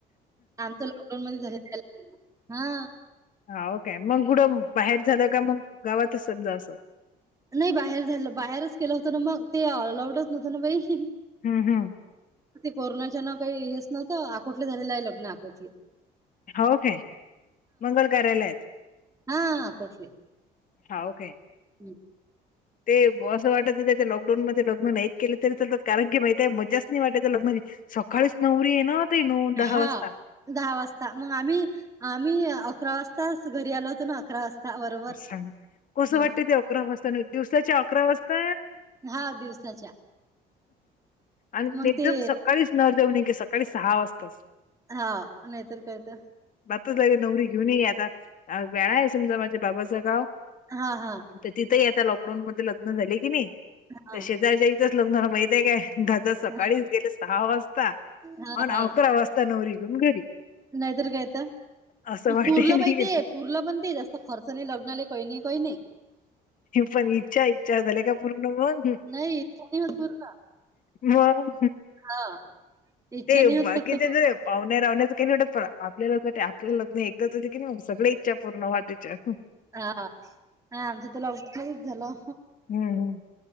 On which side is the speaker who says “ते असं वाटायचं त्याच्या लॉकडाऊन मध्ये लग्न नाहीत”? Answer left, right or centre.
Left